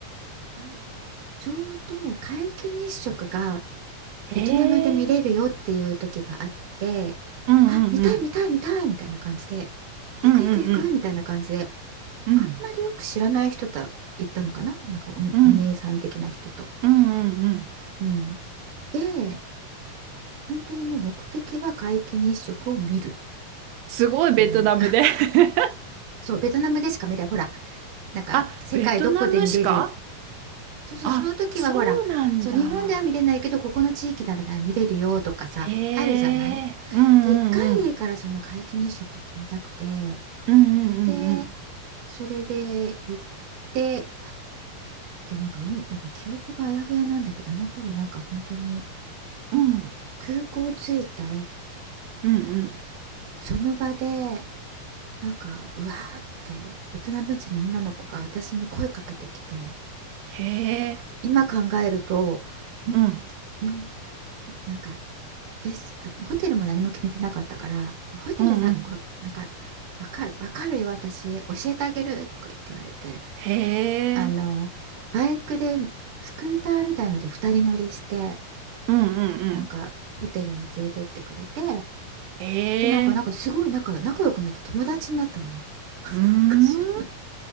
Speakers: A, on the right; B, on the right.
A: なんちょうど皆既日食が
B: へえ。
A: ベトナムで見れるよっていう時があって、
B: うんうんうん。
A: あ、見たい見たい見たいみたいな感じで、行く行く行くみたいな感じで、
B: うんうんうん。うん
A: あんまりよく知らない人と行ったのかななんかお、
B: うん
A: お姉さん的な人と。
B: うんうんうん。
A: うん。で、本当にもう目的は皆既日食を見る
B: すごいベトナムで
A: っていう。
B: <laughs>
A: <laughs> そう、ベトナムでしか見れない。ほら、なんか世界どこで見れる。
B: あ、ベトナムしか
A: そうそう、
B: あ、
A: その時はほら、
B: そうなんだ。
A: そう、日本では見れないけど、ここの地域なら見れるよとかさ、
B: へえ。
A: あるじゃない
B: うんうんうん。
A: で1回でいいからその皆既日食って見たくて
B: うんうんうんうん。
A: でそれで行ってでなんか今なんか記憶があやふやなんだけどあの頃なんか本当に
B: うん
A: 空港着いて
B: うんうん。
A: その場でなんかうわーってベトナム人の女の子が私に声かけてきて
B: へえ。
A: 今考えると、うん
B: うん
A: うんなんかえしあホテルも何も決めてなかったからホテルさおなんかわかる、
B: うんうん。
A: わかるよ私教えてあげるとか言って言われて
B: へえ。
A: あの、バイクで、スクーターみたいので二人乗りして、
B: うんうんうん。
A: なんかホテルに連れてってくれて、
B: へ
A: で、なんか、
B: え。
A: なんかすごい仲、仲良くなって友達になったの。<laughs> な
B: うーん。
A: んか知らない。